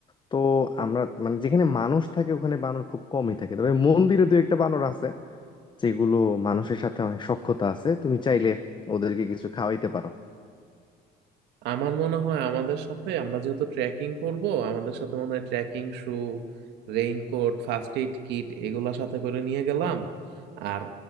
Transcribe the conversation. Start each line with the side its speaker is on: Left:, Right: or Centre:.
Left: তো আমরা মানে যেখানে মানুষ থাকে ওখানে বানর খুব কমই থাকে তবে মন্দিরে দু একটা বানর আছে যেগুলো মানুষের সাথে অনেক সখ্যতা আছে তুমি চাইলে ওদেরকে কিছু খাওয়াইতে পারো
Right: আমার মনে হয় আমাদের সাথে আমরা যেহেতু ট্রেকিং করব আমাদের সাথে মনে হয় trekking shoe raincoat first aid kit এগুলা সাথে করে নিয়ে গেলাম আর